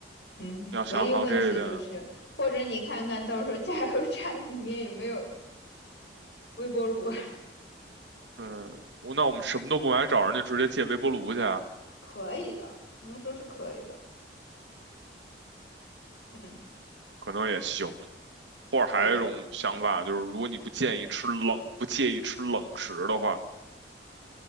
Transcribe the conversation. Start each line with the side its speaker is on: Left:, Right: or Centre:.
Left: 嗯，
Right: 你要想好这一点。
Left: 唯一问题就是，或者你看看到时候加油站里面有没有微波炉，<laughs>
Right: 嗯，我那我们什么都不买，找人家直接借微波炉去啊
Left: 可以的，我能说是可以的。嗯，
Right: 可能也行。或者还有一种想法就是，
Left: 对。
Right: 如果你不建议吃冷，不介意吃冷食的话，